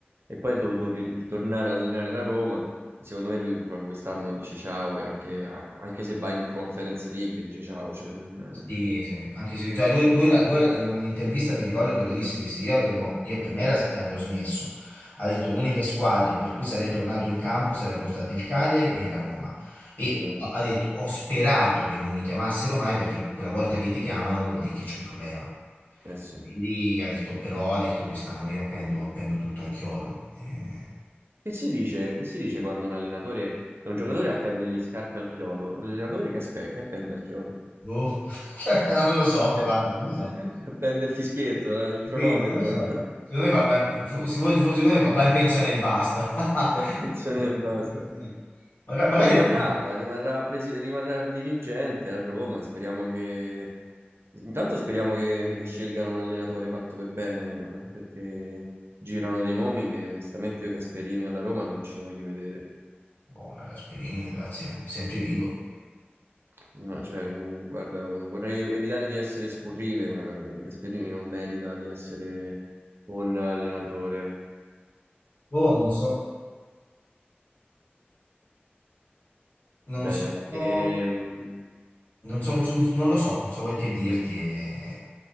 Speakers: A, on the right; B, on the left.
A: E poi è dovuto ri- ritornare ad allenare la Roma. Secondo me lui proprio quest'anno dice ciao e anche, a- anche se va in Conference League dice ciao. Cioè non...
B: Sì, sì, anche se cioè lui, lui la- lui in un'intervista mi ricordo che lo disse, disse io avevo, io per me era- avevo smesso, ha detto le uniche squadre per cui sarei tornato in campo sarebbero state il Cagliari e la Roma e
A: Eh esatto,
B: ha detto ho sperato che non mi chiamassero mai perché quella volta che ti chiamano vuol dire che c'è un problema,
A: eh sì.
B: quindi ha detto però ha detto quest'anno io appendo, appendo tutto al chiodo, Eh,
A: Che si dice, che si dice quando un allenatore, un giocatore appende gli scarpe al chiodo? L'allenatore che, aspe- che appende al chiodo?
B: boh, <laughs> non lo so,
A: <laughs>
B: guarda, non lo so.
A: Appende il fischietto, la- il cronometro,
B: Sì, non lo so.
A: no? <laughs>
B: Secondo me va, va- fo- secondo- fo- secondo me va- va in pensione e basta. <laughs>
A: La
B: Va-
A: pensione e basta.
B: va in pensione. Maga- Magari
A: Rimarrà,
B: lo prende.
A: rimarrà, presi- rimarrà dirigente a Roma. Speriamo che. Intanto speriamo che, che scelgano un allenatore fatto per bene, perché girano dei nomi che onestamente io Gasperini alla Roma non ce lo voglio vedere.
B: Buona Gasperini, ragazzi, è sempre vivo.
A: No, cioè, mh, guarda, vorrei ev- evitare di essere scurrile, ma eh, Gasperini non merita di essere un allenatore.
B: Boh, non so, non
A: Bene.
B: so,
A: Ehm,
B: non so, non so- non lo so, non so quel che dirti. E...